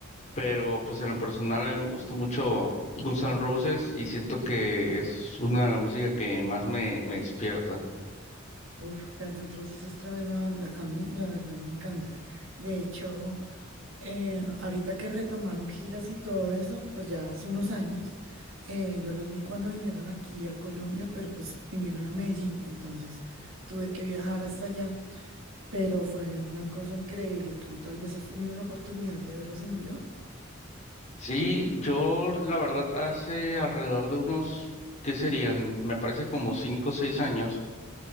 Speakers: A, on the left; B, on the right.
A: pero pues en lo personal a mí me gusta mucho Guns N' Roses y siento que es una de las músicas que más me, me despierta.
B: Uf, Guns N' Roses es tremenda banda. A mí, la verdad, me encanta. De hecho, eh, ahorita que retomaron giras y todo eso, pues ya hace unos años, eh, yo los vi cuando vinieron aquí a Colombia, pero pues vinieron a Medellín, entonces tuve que viajar hasta allá, pero fue una cosa increíble. ¿Tú tal vez has tenido la oportunidad de verlos en vivo?
A: Sí, yo la verdad hace alrededor de unos, ¿qué serían? Me parece como cinco o seis años,